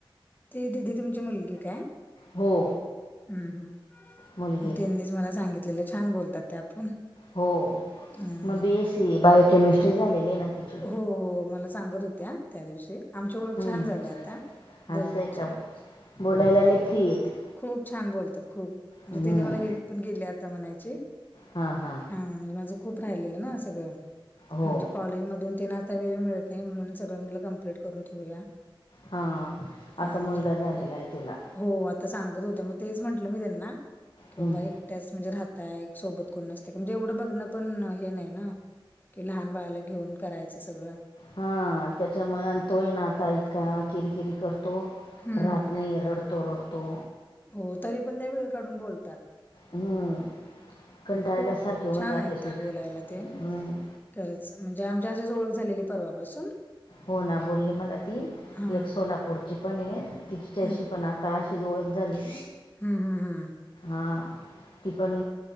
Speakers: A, on the left; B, on the left.
A: ती तिथं तुमची मुलगी काय?
B: हो!
A: हम् हम्,
B: मुलगी
A: त्यांनीच मला सांगितलेलं छान बोलतात त्या पण.
B: हो
A: हम्म
B: मग बी एस सी बायोकेमिस्ट्री झालेली ना तिची.
A: हो हो, मला सांगत होत्या त्या दिवशी आमची ओळख
B: हम्म
A: छान झालीय आता.
B: असं
A: दोघींची
B: आहे का? बोलायला
A: हो
B: लई फ्री आहे ती.
A: खूप छान बोलतात खूप म्हणजे
B: हम्म
A: तिनी मला हेल्प पण केली आता म्हणायची.
B: हा हा!
A: आणि माझं खूप राहिलेलं ना सगळं
B: हो
A: म्हणजे कॉलेजमधून तिनं आता वेळ मिळत नाही म्हणून सगळं म्हटलं कम्प्लीट करून ठेवूया.
B: हा,
A: हा
B: आता मुलगा
A: म्हणजे
B: झालेला आहे तिला.
A: हो, आता सांगत होत मग तेच म्हंटलं मी त्यांना की
B: हम्म
A: बाबा एक <inaudible> म्हणजे राहताय सोबत कोण नसत म्हणजे एवढं बघणं पण हे नाही ना कि लहान बाळाला घेऊन करायचं सगळं.
B: हा, त्याच्यामुळे तो आहे ना आता इतका किरकिर करतो तो
A: हम्म
B: राहत नाही रडतो रडतो.
A: हो, तरी पण त्या वेळ काढून बोलतात.
B: हम्म कंटाळायला
A: खूप
B: सारखी होऊन
A: छान
B: जाते
A: आहेत त्या
B: ती
A: बोलायला ते.
B: हम्म
A: खरंच म्हणजे आमच्या अशीच ओळख झालेली परवापासून
B: हो ना, बोलली मला ती
A: हा
B: एक सोलापूरची पण आहे तिच्याशी
A: हम्म
B: पण आता अशीच ओळख झाली.
A: हम् हम् हम्!
B: हां, ती पण